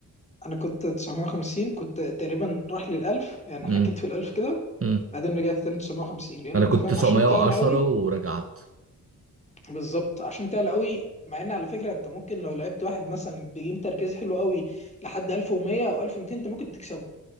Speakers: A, on the left; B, on the right.
A: انا كنت 950 كنت تقريبا راح للألف يعني
B: امم
A: حكيت في الألف كده
B: امم
A: بعدين رجعت تاني 950 لأن
B: انا
A: أنت
B: كنت
A: فاهم
B: 910
A: عشان تعلى قوي
B: ورجعت
A: بالظبط عشان تعلى قوي مع ان على فكره انت ممكن لو لعبت واحد مثلا بجيم تركيز حلو قوي لحد 1100 او 1200 انت ممكن تكسبه